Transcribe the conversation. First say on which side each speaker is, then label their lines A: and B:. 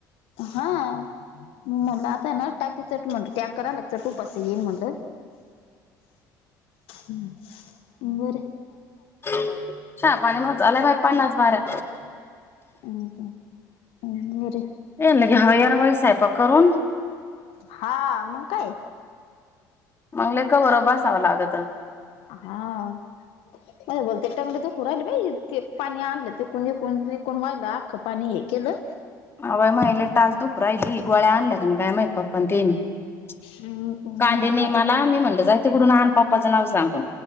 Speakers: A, on the left; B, on the left.
A: हा म्हणलं आताय ना टाकी चट म्हट टँकर आल चट उपासता येईन म्हणलं हम्म बर
B: चहा पाणी म झाला बा पन्नास बाऱ्या
A: <inaudible> हूं बर
B: ये लघे हयारवळी साहेपाक करून
A: हा मग काय?
B: मंग लय कवर बसावं लागत
A: हां मले भलते तंगड दुखून राहिलं बाई ते पाणी आणलं तिकून विकून तिकून वायलं आख्ख पाणी हे केलं
B: अवय महिले टाच दुखू राहिली गोळ्या आणल्या काय नाई काय माहित पण तेन नाही
A: म्हणलं
B: कांदे नाई
A: आता
B: मला मी म्हणलं जाय तिकडून आण पाप पप्पाच नाव सांगून